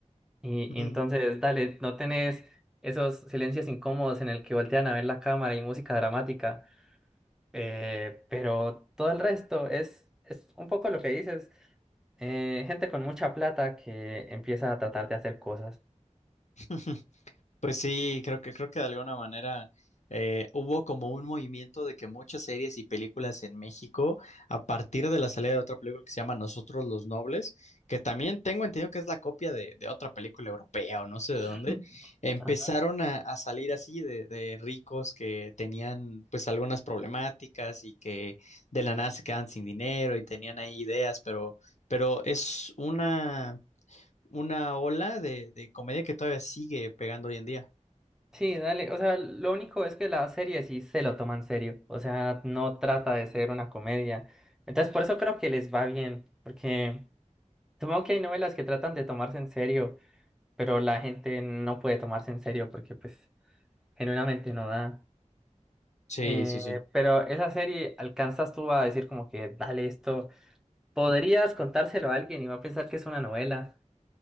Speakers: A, in the centre; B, on the left.
A: Y,
B: Mm.
A: y entonces, dale, no tenés esos silencios incómodos en el que voltean a ver la cámara y música dramática, eh, pero todo el resto es, es un poco lo que dices, eh, gente con mucha plata que empieza a tratar de hacer cosas.
B: <laughs> Pues sí, creo que creo que de alguna manera eh, hubo como un movimiento de que muchas series y películas en México, a partir de la salida de otra película que se llama Nosotros los Nobles, que también tengo entendido que es la copia de, de otra película europea o no sé de
A: <laughs>
B: dónde, empezaron
A: Ajá.
B: a, a salir así de, de ricos que tenían pues algunas problemáticas y que de la nada se quedan sin dinero y tenían ahí ideas, pero, pero es una, una ola de de comedia que todavía sigue pegando hoy en día.
A: Sí, dale, o sea, lo único es que la serie sí se lo toma en serio, o sea, no trata de ser una comedia. Entonces, por eso creo que les va bien, porque supongo que hay novelas que tratan de tomarse en serio, pero la gente no puede tomarse en serio porque pues... Genuinamente no da.
B: Sí,
A: Eh,
B: sí, sí.
A: pero esa serie alcanzas tú a decir como que, dale esto, podrías contárselo a alguien y va a pensar que es una novela